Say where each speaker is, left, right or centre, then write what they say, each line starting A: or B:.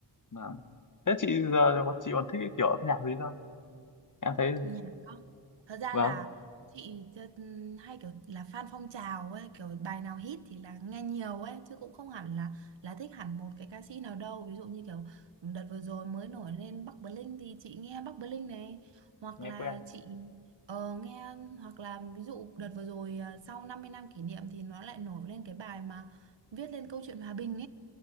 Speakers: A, on the left; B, on the right.
A: mà. thế chị giờ còn- chị còn thích cái kiểu âm nhạc gì không em thấy
B: nhạc không thật ra
A: vâng
B: là chị chơ- hay kiểu là fan phong trào ấy kiểu bài nào hit thì là nghe nhiều ấy chứ cũng không hẳn là là thích hẳn một cái ca sĩ nào đâu ví dụ như kiểu đợt vừa rồi mới nổi lên Bắc Bling thì chị nghe Bắc Bling này hoặc
A: nghe
B: là
A: quen
B: chị ờ, nghe hoặc là ví dụ đợt vừa rồi ờ, sau 50 năm kỷ niệm thì nó lại nổi lên cái bài mà viết lên câu chuyện hòa bình